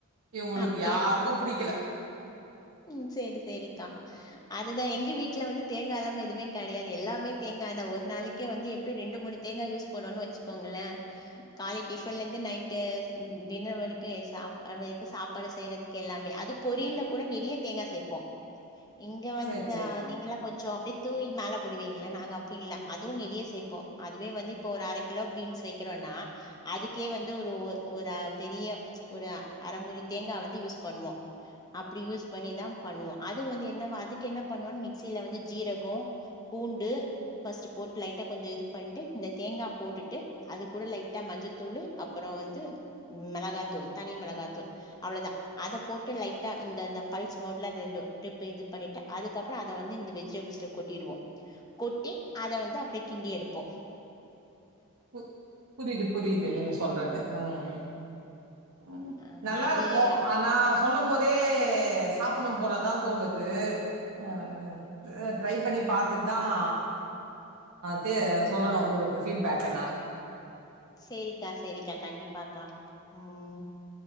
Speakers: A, on the right; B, on the left.
A: இவுங்களுக்கு
B: அப்டியா
A: யாருக்கு புடிக்கல
B: ம் சேரி சேரிக்கா அதுதா எங் க வீட்ல வந்து தேங்கால்லாம எதுமே கடையாது எல்லாமே தேங்காதா ஒரு நாளக்கே வந்து எப்டி ரெண்டு மணிக் தேங்கா யூஸ் பண்ணுவோனு வச்சுக்கோங்களே காலை டிஃபன்லேந்து நைட்டு டின்னர் வரைக்கு எ சாப்பாடு வெக் கு சாப்பாடு செய்றதுக்கு எல்லாமே அது பொரியல்லக் கூட நிறைய தேங்கா சேப்போ இங்க வந்
A: சேர் சேரி
B: அ நீங்கல்லா கொஞ்சொ அப்டியே தூவி மேல போடுவீங்க நாங்க அப்டி இல்ல அதுவு நெறிய சேப்போ அதுவே வந்து இப்போ ஒரு அர கிலோ பீன்ஸ் வெக்கிறோன்னா அதுக்கே வந்து ஒரு ஒ ஒரு அ பெரிய ஒரு ர மூடி தேங்கா வந்து யூஸ் பண்ணுவோ அப்டி யூஸ் பண்ணிதா பண்ணுவோ அது வந்து என்னவா அதுக் என்ன பண்ணுவோ மிக்ஸில வந்து ஜீரகொ பூண்டு ஃபர்ஸ்ட்டு போட்டு லைட்டா கொஞ்சொ இது பண்ட்டு இந்த தேங்கா போட்டுட்டு அதுக் கூட லைட்டா மஞ்சத்தூளு அப்பறோ வந்து மெளகாத்தூள் தனி மெளகாத்தூ அவ்ளோதா அதப் போட்டு லைக் த அந்தந்த பல்ஸ் மோட்ல ரெண்டு ட்ரிப் இது பண்ணிட்ட அதுக்கப்பறோ அத வந்து இந்த வெஜிடேபுள்ஸ்ல கொட்டிடுவோம். கொட்டி அதை வந்து அப்டியே கிண்டியெடுப்போம்
A: பு புரியுது புரியுது நீங்க சொல்றது அம் உம்
B: அ
A: நல்லாருக்கும்
B: அது அப்
A: ஆனா சொல்லும் போதே சாப்டணும் போலதான் தோணுது அம். ட்ரை பண்ணி பார்த்துட்டு தான் தே சொல்லணும் உங்களுக்கு பீட்பேக் என்னால
B: சேரிக்கா சேரிக்கா கண்டிப்பாக்கா உம்